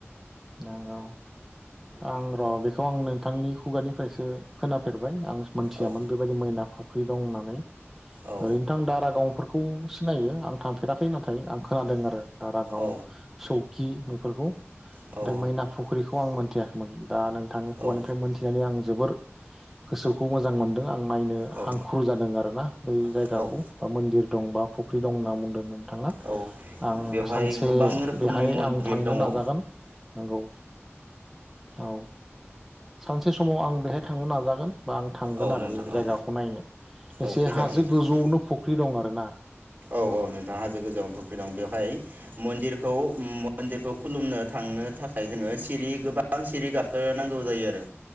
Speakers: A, in the centre; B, on the right.
A: नांगौ आं र बेखौ आं नोंथांनि खुगानिफ्रायसो खोनाफेरबाय आं। मोनथियामोन
B: औ
A: बेबायदि मैना फु ख्रि दं होननानै।
B: औ
A: ओरैनोथ' आं दारागावफोरखौ सिनायो आं। थांफेराखै नाथाय आं खोनादों आरो दारागाव
B: औ
A: सौ खि बेफोरखौ
B: औ
A: फ्राय मैना फुख्रिखौ आं मोनथियाखैमोन दा नोंथांनि खुगानिफ्राय
B: औ
A: मोनथिनानै आं जोबोर गोसोखौ मोजां मोनदों। आं नायनो
B: औ
A: हांखुर जादों आरोना। बै जायगाखौ
B: औ
A: बा मोन्दिर दं बा फुख्रि दं होनना बुंदोंमोन नोंथाङा
B: औ
A: आं
B: बेवहाय
A: सानसे
B: गोबां रोखोमनि
A: बेहाय
B: मन्दिर
A: आं थांनो
B: दङ
A: नाजागोन।
B: औ
A: नंगौ औ सानसे समाव आं बेहाय थांनो नाजागोन। बा आं थांगोन
B: औ
A: आरो
B: नोंथां
A: बे जायगाखौ
B: औ
A: नायनो एसे
B: औ फैजागोन
A: हाजो
B: नोंथां
A: गोजौआवनो
B: औ
A: फुख्रि दं आरो ना।
B: औ औ नोंथाङ हाजो गोजौआव फुख्रि दं बेवहाय मन्दिरखौ म मन्दिरखौ खुलुमनो थांनो थाखाय जोङो सिरि गोबां सिरि गाखो खो नांगौ जायो आरो